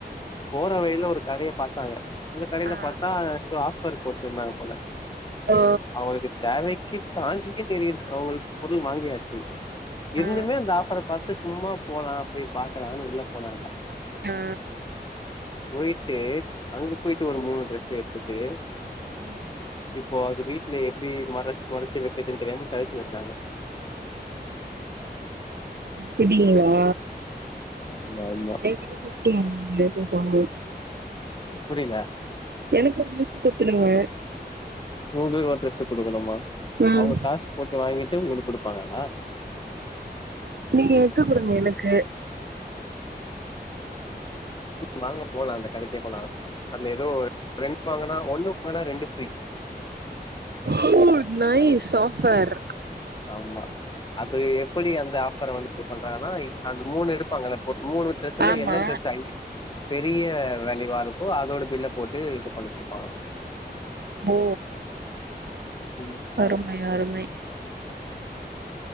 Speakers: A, on the left; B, on the right.
A: போற வழியில ஒரு கடைய பார்த்தாங்க அந்த கடைல
B: ஆ
A: பார்த்தா எதோ ஆஃபர் போட்டு இருந்தாங்க போல
B: ஓ
A: அவங்களுக்கு தேவைக்கு தாங்கிக்கே தெரிது அவுங்ளுக் பொருள் வாங்கியாச்சு இருந்துமே
B: ஆ
A: அந்த ஆஃபர பார்த் து சும்மா போலா போய் பாக்கலான் உள்ள போனாங்க
B: ஆ
A: போயிட்டு அங்க போயிட்டு ஒரு மூணு ட்ரெஸ் எடுத்துட்டு
B: ம்
A: இப்போ அது வீட்ல எப்டி மறச்சு மறச்சு வெக்கதுன்னு தெரியாம தவிச்சுன்னு இருக்காங்க
B: அப்படிங்ளா
A: ஆமா ஆமா
B: என்கிட்ட கூட் <unintelligible>
A: புரில
B: எனக்கு ட்ரெஸ் குத்துடுங்க
A: உங்களுக் ஒரு ட்ரெஸ் குடுக்கணுமா
B: ம்
A: அவங்க காசு போட்டு வாங்கிட்டு உங்களுக் குடுப்பாங்களா
B: நீங்க எத்து குடுங்க எனக்கு
A: வாங்க போலா அந்த கடைகே போலான் அதுல ஏதோ ரெண்டு வாங்கனா ஒண்ணு வாங்கனா ரெண்டு ஃப்ரீ
B: ஓ
A: அந்த
B: நைஸ்
A: கடைல
B: ஆப்ஃவர்
A: ஆமா அது எப்படி அந்த ஆஃபர வந்து இது பண்றாங்கனா அந்த மூணு எடுப்பாங்கள ஒரு மூணு ட்ரெஸ்ஸுல
B: ஆமா
A: என்ன டிரெஸ் ஹை பெரிய வேலிவா இருக்கோ அதோட பில்ல போட்டு இது பண்ணி குடுப்பாங்க
B: ஓ
A: ம்
B: அருமை அருமை